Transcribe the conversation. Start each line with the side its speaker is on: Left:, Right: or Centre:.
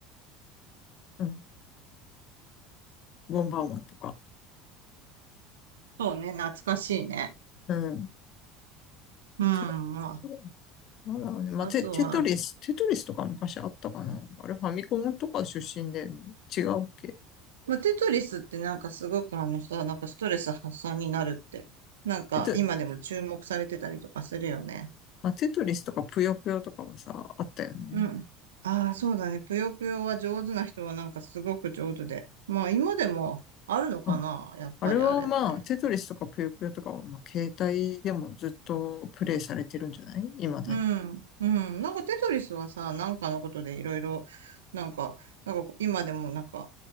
Left: うん。ボンバーマンとか。
Right: そうね、懐かしいね。
Left: うん。
Right: うん、
Left: そ
Right: ま
Left: うなんだろうね。まあ、
Right: あ、あとは、
Left: テ、テトリス、テトリスとか昔あったかな。あれ、ファミコンとか出身だよね。違うっけ。
Right: まあ、テトリスってなんかすごくあのさ、なんかストレス発散になるって、なんか今でも注目されてたりとかするよね。
Left: えっと、まあ、テトリスとかぷよぷよとかはさ、あったよね。
Right: うん。ああ、そうだね。ぷよぷよは上手な人はなんかすごく上手で。まあ今でもあるのかなやっぱりあれって。
Left: うんあれはまあ、テトリスとかぷよぷよとかは、まあ、携帯でもずっとプレイされてるんじゃない未だに。
Right: うん。うん。なんかテトリスはさ、なんかのことでいろいろ、なんか、なんか今でもなんか